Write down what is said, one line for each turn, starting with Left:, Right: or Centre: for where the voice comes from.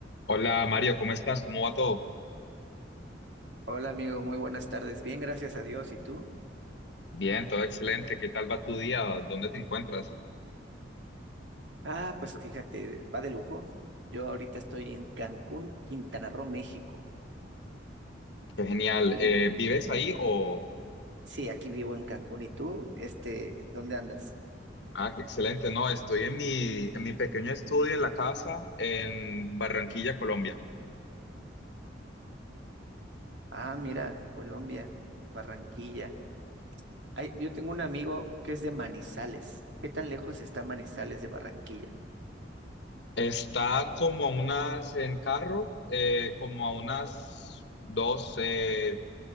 Left: Hola Mario, ¿cómo estás? ¿Cómo va todo?
Right: Hola amigo, muy buenas tardes. Bien, gracias a Dios. ¿Y tú?
Left: Bien, todo excelente. ¿Qué tal va tu día? ¿Dónde te encuentras?
Right: Ah, pues fíjate, va de lujo. Yo ahorita estoy en Cancún, Quintana Roo, México.
Left: Qué genial.
Right: Ubi-
Left: Eh, ¿vives ahí o...?
Right: Sí, aquí vivo en Cancún. ¿Y tú? Este, ¿dónde andas?
Left: Ah, qué excelente. No, estoy en mi, en mi pequeño estudio en la casa en Barranquilla, Colombia.
Right: Ah, mira, Colombia, Barranquilla. Ay, yo tengo un amigo que es de Manizales. ¿Qué tan lejos está Manizales de Barranquilla?
Left: Está como a unas, en carro, eh, como a unas 12,